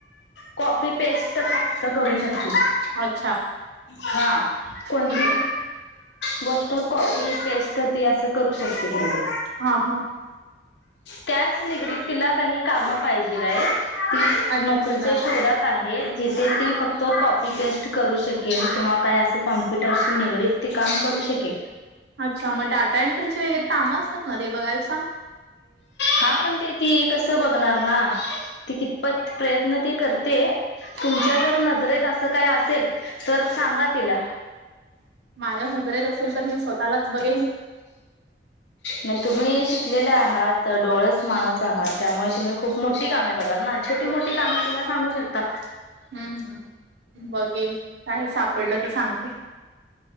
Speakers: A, on the left; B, on the right.
A: कॉपी पेस्ट फक्त करू शकते.
B: अच्छा
A: हा कोणती
B: ठीक आहे
A: गोष्ट कॉपी पेस्ट ती असं करू शकते म्हणजे
B: हा हा
A: त्याच निगडीत तिला काही काम पाहिजेल आहेत. ती
B: अच्छा.
A: नोकरीच्या शोधात आहे. आहे. जिथे ती फक्त कॉपी पेस्ट करू शकेल किंवा काय असं कॉम कम्प्युटर निगडित काम करू शकेल
B: अच्छा मग डाटा एंट्रीची वगैरे कामं असतात ना ते बघायला सांग
A: हा पण. ते ती कस बघणार ना ती कितपत प्रयत्न ती करते. तुमच्या
B: हा.
A: जर नजरेत असं काय असल. असेल तर. सांगा तिला
B: माझ्या नजरेत असेल तर मी स्वतःलाच बघेन.
A: नाही तुम्ही शिकलेले आहात डोळेच माणस आहात त्यामुळे तुम्ही खूप मोठी कामे बघाल ना छोटी मोठी कामे तुम्ही. सांगूशको.
B: हम्म हम् बघेन काय सापडलं तर सांगतेय